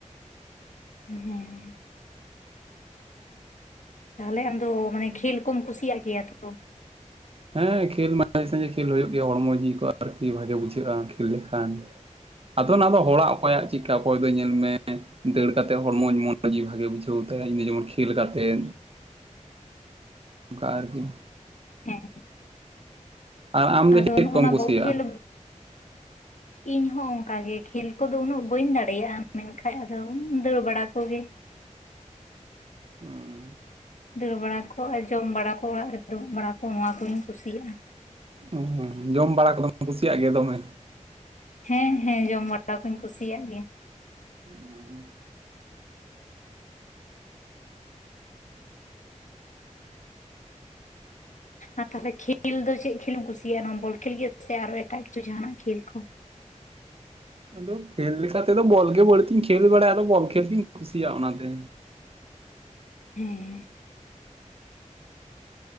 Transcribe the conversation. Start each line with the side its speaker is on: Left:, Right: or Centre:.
Left: ᱦᱮᱸ ᱛᱟᱦᱚᱞᱮ ᱟᱢᱫᱚ ᱢᱟᱱᱮ ᱠᱷᱮᱞ ᱠᱚᱢ ᱠᱩᱥᱤᱭᱟᱜ ᱜᱮᱭᱟ ᱛᱚ
Right: ᱦᱮᱸ ᱠᱷᱮᱞ ᱢᱟᱡᱷᱮ ᱥᱟᱡᱷᱮ ᱠᱷᱮᱞ ᱦᱩᱭᱩᱜ ᱜᱮᱭᱟ ᱦᱚᱲᱢᱚ ᱡᱤᱣ ᱠᱚᱜᱼᱟ ᱟᱨᱠᱤ ᱵᱷᱟᱜᱮ ᱵᱩᱡᱷᱟᱹᱜᱼᱟ ᱠᱷᱮᱞ ᱞᱮᱠᱷᱟᱱ ᱟᱫᱚ ᱚᱱᱟ ᱫᱚ ᱦᱚᱲᱟᱜ ᱚᱠᱚᱭᱟᱜ ᱪᱮᱫᱠᱟ ᱚᱠᱚᱭ ᱫᱚ ᱧᱮᱞ ᱢᱮ ᱫᱟᱹᱲ ᱠᱟᱛᱮᱫ ᱦᱚᱲᱢᱚ ᱢᱚᱱᱚ ᱜᱮ ᱵᱷᱟᱜᱮ ᱵᱩᱡᱷᱟᱹᱣ ᱛᱟᱭᱟ ᱤᱧ ᱫᱚ ᱡᱮᱢᱚᱱ ᱠᱷᱮᱞ ᱠᱟᱛᱮᱫ ᱜᱟᱨ ᱜᱮ
Left: ᱦᱮᱸ
Right: ᱟᱨ ᱟᱢ ᱫᱚ
Left: ᱟᱫᱚ
Right: ᱪᱮᱫ
Left: ᱱᱚᱜᱼᱚᱱᱟ
Right: ᱠᱚᱢ ᱠᱩᱥᱤᱭᱟᱜᱼᱟ
Left: ᱵᱚᱞ ᱠᱷᱮᱹᱞ ᱤᱧ ᱦᱚᱸ ᱚᱱᱠᱟᱟᱜ ᱜᱮ᱾ ᱠᱷᱮᱞ ᱠᱚᱫᱚ ᱩᱱᱟᱹᱜ ᱵᱟᱹᱧ ᱫᱟᱲᱮᱭᱟᱜᱼᱟ᱾ ᱢᱮᱱᱠᱷᱟᱡ ᱟᱫᱚ ᱫᱟᱹᱲ ᱵᱟᱲᱟ ᱠᱚᱜᱮ᱾
Right: ᱦᱮᱸ
Left: ᱫᱟᱹᱲ ᱵᱟᱲᱟ ᱠᱚ ᱟᱨ ᱡᱚᱢ ᱵᱟᱲᱟ ᱠᱚ ᱚᱲᱟᱜ ᱨᱮ ᱫᱩᱲᱩᱵ ᱵᱟᱲᱟ ᱠᱚ ᱱᱚᱣᱟ ᱠᱚᱜᱤᱧ ᱠᱩᱥᱤᱭᱟᱜᱼᱟ
Right: ᱦᱚ ᱡᱚᱢ ᱵᱟᱲᱟ ᱠᱚᱫᱚᱢ ᱠᱩᱥᱤᱭᱟᱜ ᱜᱮᱭᱟ ᱫᱚᱢᱮ
Left: ᱦᱮᱸ ᱦᱮᱸ ᱡᱚᱢ ᱵᱟᱲᱟ ᱠᱩᱧ ᱠᱩᱥᱤᱭᱟᱜ ᱜᱮᱭᱟ
Right: ᱦᱩᱸ
Left: ᱟᱨ ᱛᱟᱦᱚᱞᱮ ᱠᱷᱮᱞ ᱫᱚ ᱪᱮᱫ ᱠᱷᱮᱞ ᱮᱢ ᱠᱩᱥᱤᱭᱟᱜᱼᱟ ᱱᱚᱣᱟ ᱵᱚᱞ ᱠᱷᱮᱞ ᱜᱮ ᱥᱮ ᱟᱨᱚ ᱮᱴᱟᱜ ᱠᱤᱪᱷᱩ ᱡᱟᱦᱟᱱᱟᱜ ᱠᱷᱮᱞ ᱠᱚ
Right: ᱟᱫᱚ ᱠᱷᱮᱞ ᱞᱮᱠᱟ ᱛᱮᱫᱚ ᱵᱚᱞ ᱜᱮ ᱵᱟᱹᱲᱛᱤᱧ ᱠᱷᱮᱞ ᱵᱟᱲᱟᱭᱟ ᱟᱫᱚ ᱵᱚᱞ ᱠᱷᱮᱞ ᱛᱤᱧ ᱠᱩᱥᱤᱭᱟᱜᱼᱟ ᱚᱱᱟᱛᱮ
Left: ᱦᱮᱸ